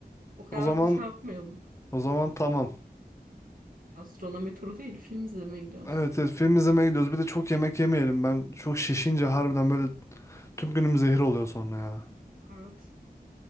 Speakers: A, on the right (about 60°); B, on the left (about 15°).
A: o kadar
B: O zaman
A: da şey yapmayalım.
B: o zaman tamam.
A: Gastronomi turu değil, film izlemeye gidiyoruz.
B: Evet, evet film izlemeye gidiyoruz. Bir de çok yemek yemeyelim. Ben çok şişince harbiden böyle tüm günüm zehir oluyor sonra ya.
A: Evet.